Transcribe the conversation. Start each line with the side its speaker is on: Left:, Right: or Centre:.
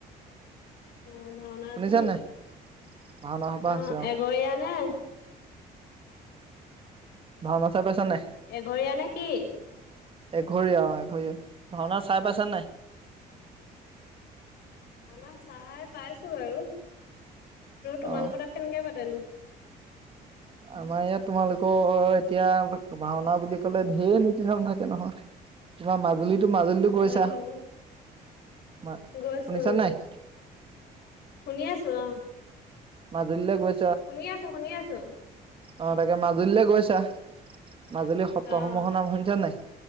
Left: অ ভাওনা
Right: শুনিছা
Left: আছে নে?
Right: নাই? ভাওনা সবাহ
Left: অ'
Right: আছে
Left: এঘৰীয়া নে?
Right: ভাও না চাই পাইছা নাই?
Left: এঘৰীয়া নে কি?
Right: এঘৰীয়া অ' এঘৰীয়া ভাওনা চাই পাইছ নাই?
Left: অ' চাই পাইছো বাৰু।
Right: অ',
Left: তোমালোক তাত কেনেকে পাতেনো?
Right: আমাৰ ইয়াত তোমালোকৰ এতিয়া ভাওনা বুলি কলে ঢেৰ নীতি নিয়ম থাকে নহয়। তোমাৰ মাজুলীতটো, মাজুলীতো গৈছা,
Left: হয় বাৰু
Right: মা শুনিছা
Left: গৈছো উম,
Right: নাই?
Left: শুনি আছো অ,
Right: মাজুললৈ গৈছা?
Left: শুনি আছো, শুনি আছো।
Right: অ' তাকে মাজুলীলৈ গৈছা, মাজুলী সত্ৰসমূহৰ
Left: অ',
Right: নাম শুনিছা নাই?